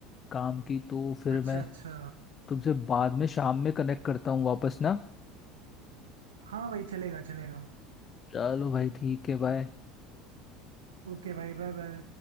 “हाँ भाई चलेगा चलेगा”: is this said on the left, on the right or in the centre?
Right